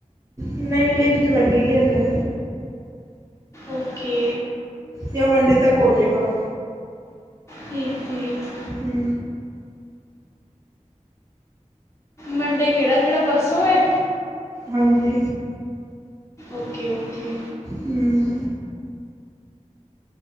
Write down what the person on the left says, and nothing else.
ਓਕੇ।
ਠੀਕ-ਠੀਕ।
ਮੰਡੇ ਕੇਹੜਾ ਜੇਹੜਾ ਪਰਸੋਂ ਐ।
ਓਕੇ-ਓਕੇ।